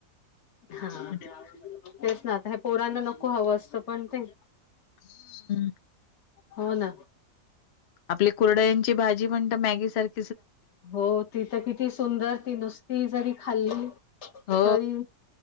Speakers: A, on the left; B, on the left.
A: हा हा.
B: म्हटलं-
A: तेच ना आता ह्या पोरांना नको हवं असतं पण ते
B: हम्म
A: हो ना
B: आपली कुरडयांची भाजी म्हण ती मॅगी सारखी
A: हो ती तर किती सुंदर ती नुसती जरी खाल्ली
B: हो
A: तरी